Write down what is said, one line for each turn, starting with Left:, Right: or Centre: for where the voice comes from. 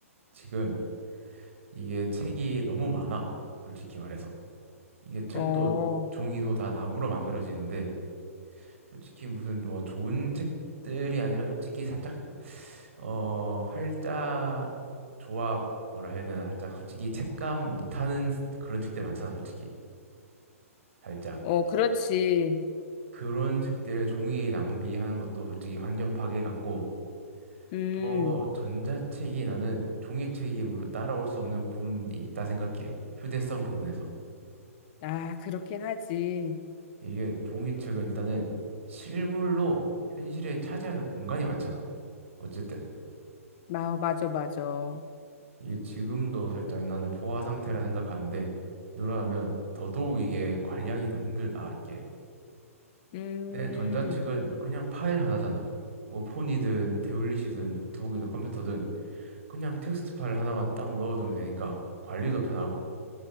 Right: 지금 이게 책이 너무 많아. 솔직히 말해서. 이게 책도
Left: 어,
Right: 종이도 다 나무로 만들어지는데 솔직히 무슨 뭐 좋은 책들이 아니라 솔직히 살짝 어, 활자 조합 뭐라 해야 되나 살짝 솔직히 책감 못하는 그런 책들 많잖아 솔직히. 살짝.
Left: 어, 그렇지.
Right: 그런 책들의 종이 낭비하는 것도 솔직히 환경 파괴 같고
Left: 음,
Right: 또 전자책이 나는 종이책이 물론 따라올 수 없는 부분이 있다 생각해. 휴대성 부분에서.
Left: 아, 그렇긴 하지.
Right: 이게 종이책은 일단은 실물로 현실에 차지하는 공간이 많잖아. 어쨌든
Left: 마, 맞아, 맞아.
Right: 이게 지금도 살짝 나는 포화 상태라 생각하는데 누락하면 더더욱 이게 관리하기도 힘들다 이게.
Left: 음,
Right: 내 전자책은 그냥 파일 하나잖아. 뭐 폰이든 태블릿이든 노트북이든 컴퓨터든 그냥 텍스트 파일 하나만 딱 넣어두면 되니까 관리도 편하고.